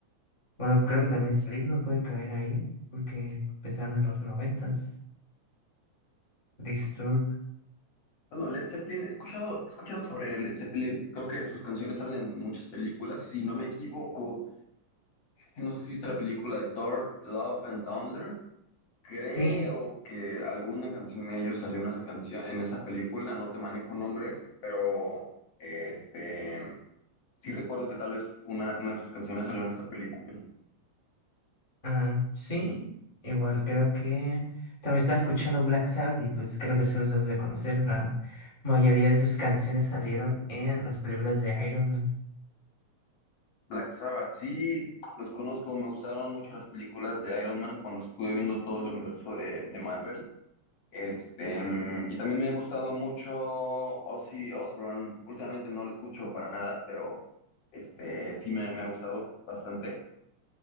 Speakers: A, on the left; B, on the left.
A: Bueno, creo que también Slipknot puede caer ahí, porque empezaron en los noventas. Disturb.
B: Bueno, Led Zeppelin, he escuchado, he escuchado sobre Led Zeppelin. Creo que sus canciones salen en muchas películas. Si no me equivoco, no sé si viste la película de Thor, Love and Thunder. Creo
A: Sí,
B: que alguna canción de ellos salió en esa canción, en esa película. No te manejo nombres, pero este, sí recuerdo que tal vez una, una de sus canciones salió en esa película.
A: ah, sí. Igual creo que también estaba escuchando Black Sabbath y pues creo que se los das de conocer. La mayoría de sus canciones salieron en las películas de Iron Man.
B: Black Sabbath, sí, los conozco, me gustaron mucho las películas de Iron Man cuando estuve viendo todo el universo de, de Marvel. Este, mm, y también me ha gustado mucho Ozzy Osbourne. Últimamente no lo escucho para nada, pero este, sí me, me ha gustado bastante.